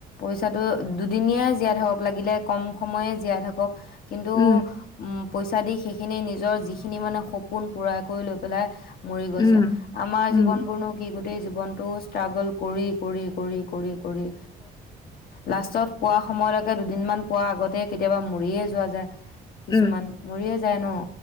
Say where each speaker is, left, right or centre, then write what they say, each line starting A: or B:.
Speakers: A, on the left; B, on the left.
A: পইচাটো দুদিনীয়াাই জীয়াই থাকক লাগিলে কম সময়ে জীয়াই থাকক কিন্তু
B: উম
A: উম পইচা দি সেইখিনি নিজৰ যিখিনি মানে সপোন পূৰা কৰি লৈ পেলাই মৰি গৈছে
B: উম
A: আমাৰ
B: উম
A: জীৱন বোৰনো কি? গোটেই জীৱনতটো ষ্ট্ৰাগল কৰি কৰি কৰি কৰি কৰি লাষ্টত পোৱা সময়লৈকে দুদিনমান পোৱা আগতে কেতিয়াবা মৰিয়ে যোৱা যায়। কিছুমান
B: উম
A: যে যায় ন